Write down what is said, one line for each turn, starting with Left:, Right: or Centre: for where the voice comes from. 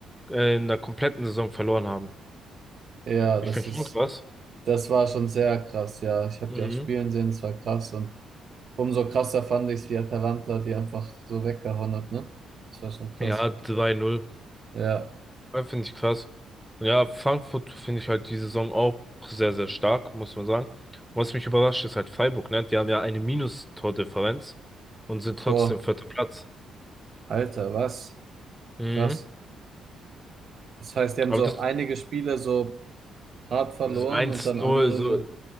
Centre: äh, in der kompletten Saison verloren haben.
Right: Ja, das
Centre: Ich finde
Right: ist,
Centre: schon krass.
Right: das war schon sehr krass, ja. Ich habe
Centre: Mhm.
Right: die auch spielen sehen, es war krass. Und umso krasser fand ich es, wie Atalanta die einfach so weggehauen hat, ne? Das war schon krass.
Centre: Ja, 3 null.
Right: Ja.
Centre: Ja, finde ich krass. Ja, Frankfurt finde ich halt die Saison auch sehr, sehr stark, muss man sagen. Was mich überrascht, ist halt Freiburg, ne? Die haben ja eine Minus-Tordifferenz und sind trotzdem
Right: Boah,
Centre: vierter Platz.
Right: Alter, was?
Centre: Mhm.
Right: Krass. Das heißt, die haben
Centre: Aber
Right: so
Centre: das
Right: einige Spiele so hart verloren
Centre: so eins
Right: und dann
Centre: null
Right: andere
Centre: so,
Right: so.